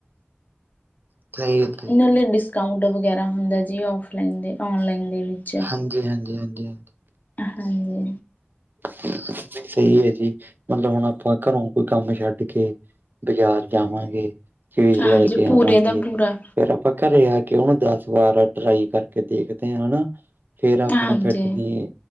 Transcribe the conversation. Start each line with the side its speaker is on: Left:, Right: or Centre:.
Right: <unintelligible>
Left: ਉਹਨਾਂ ਲਈ ਡਿਸਕਾਊਂਟ ਵਗੈਰਾ ਹੁੰਦਾ ਜੀ ਔਫਲਾਈਨ ਦੇ ਔਨਲਾਈਨ ਦੇ ਵਿੱਚ
Right: ਹਾਂਜੀ-ਹਾਂਜੀ-ਹਾਂਜੀ-ਹਾਂਜੀ।
Left: ਹਾਂਜੀ।
Right: ਸਹੀ ਹੈ ਜੀ ਮਤਲਬ ਹੁਣ ਆਪਾਂ ਘਰੋਂ ਕੋਈ ਕੰਮ ਛੱਡ ਕੇ ਬਾਜ਼ਾਰ ਜਾਵਾਂਗੇ ਚੀਜ਼
Left: ਹਾਂਜੀ
Right: ਲੈ ਕੇ ਆਵਾਂਗੇ।
Left: ਪੂਰੇ ਦਾ ਪੂਰਾ
Right: ਫਿਰ ਆਪਾਂ ਘੱਰੇ ਆ ਕੇ ਉਹਨੂੰ ਦਸ ਵਾਰ ਟਰਾਈ ਕਰਕੇ ਦੇਖਦੇ ਆ ਨਾ ਫੇਰ ਆਪਣੇ
Left: ਹਾਂਜੀ
Right: ਫਿੱਟ ਦੀ